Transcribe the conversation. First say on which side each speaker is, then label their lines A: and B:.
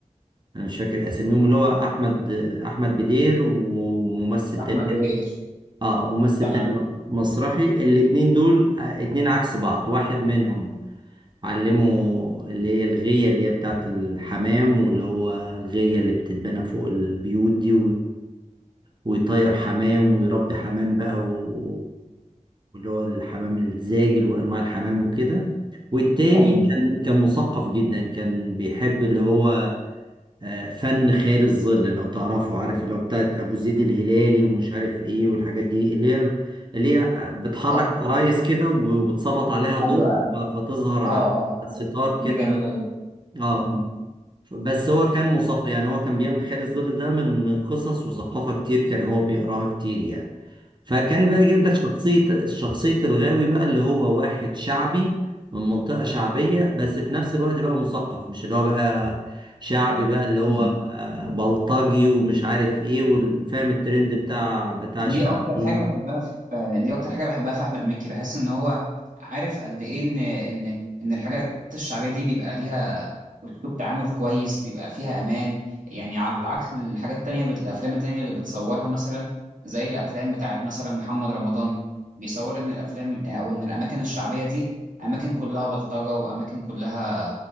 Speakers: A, on the right; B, on the right.
A: أنا مش فاكر أساميهم اللي هو أحمد أحمد بدير وممثل
B: احمد
A: تاني كده
B: بليغ
A: اه ممثل
B: تمام
A: تاني مسرحي الاتنين دول آه، اتنين عكس بعض واحد منهم علمه اللي هي الغية اللي هي بتاعت الحمام واللي هو الغية اللي بتتبنى فوق البيوت دي ويطير حمام ويربي حمام بقى و- واللي هو الحمام الزاجل وانواع الحمام وكده والتاني
B: ايوه
A: كان كان مثقف جدا كان بيحب اللي هو آه، فن خيال الظل لو تعرفه عارف اللي هو بتاعت ابو زيد الهلالي ومش عارف ايه والحاجات دي اللي هي اللي هي بتحرك
B: اه
A: عرايس كده وب- وبتسلط عليها ضوء
B: ايوه
A: ف- فتظهر على
B: اه اه عارف
A: الستار كده
B: دي جميله جدا
A: اه
B: مم.
A: ف- بس هو كان مثقف يعني هو كان بيعمل خيال الظل ده من من قصص وثقافة كتير كان هو بيقراها كتير يعني فكان بقى جايب لك شخصية شخصية الغاوي بقى اللي هو واحد شعبي من منطقة شعبية بس في نفس الوقت بقى مثقف مش اللي هو بقى شعبي بقى اللي هو
B: مم.
A: آه، بلطجي ومش عارف ايه وفاهم الترند بتاع بتاع
B: دي
A: الشعبيين
B: اكتر حاجه بحبها في دي اكتر حاجه بحبها في احمد مكي بحس ان هو عارف قد ايه ان ان ان الحاجات الشعبيه دي بيبقى ليها اسلوب تعامل كويس بيبقى فيها امان يعني على عكس الحاجات التانية بت- الافلام التانية اللي بتصورها مثلا زي الافلام بتاعت مثلا محمد رمضان بيصور ان الافلام او ان الاماكن الشعبيه دي اماكن كلها بلطجه واماكن كلها